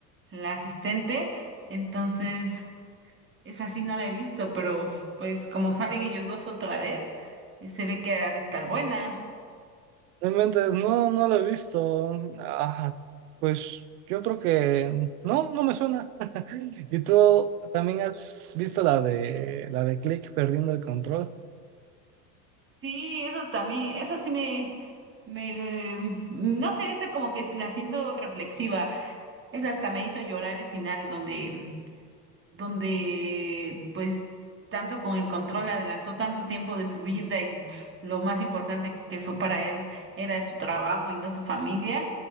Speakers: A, on the right (about 25°); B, on the right (about 70°).
A: la asistente. Entonces, esa sí no la he visto, pero pues como salen ellos dos otra vez, eh, se ve que ha de estar buena.
B: No inventes, no, no lo he visto. Ajá, pues yo creo que no, no me suena. ¿Y tú también has visto la de la de Click perdiendo el control?
A: Sí, eso también, eso sí me, me, eh, no sé, esa como que la siento reflexiva Esa hasta me hizo llorar el final donde, donde pues tanto con el control adelantó tanto tiempo de su vida y lo más importante que fue para él era su trabajo y no su familia.